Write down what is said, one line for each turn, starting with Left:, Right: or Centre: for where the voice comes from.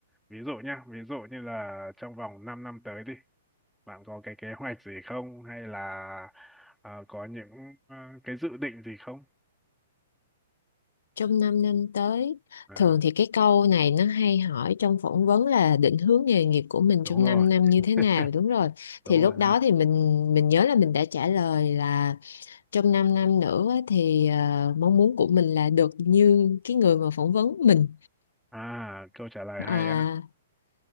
Centre: Ví dụ nhá, ví dụ như là trong vòng 5 năm tới đi, bạn có cái kế hoạch gì không? Hay là à, có những à, cái dự định gì không?
Left: trong 5 năm tới.
Centre: À,
Left: Thường thì cái câu này nó hay hỏi trong phỏng vấn là định hướng nghề nghiệp của mình
Centre: đúng
Left: trong
Centre: rồi,
Left: 5 năm như
Centre: <laughs>
Left: thế nào, đúng rồi. Thì
Centre: đúng
Left: lúc
Centre: rồi
Left: đó
Centre: ha.
Left: thì mình mình nhớ là mình đã trả lời là trong 5 năm nữa thì ờ, mong muốn của mình là được như cái người mà phỏng vấn mình
Centre: À, câu trả lời
Left: à
Centre: hay á.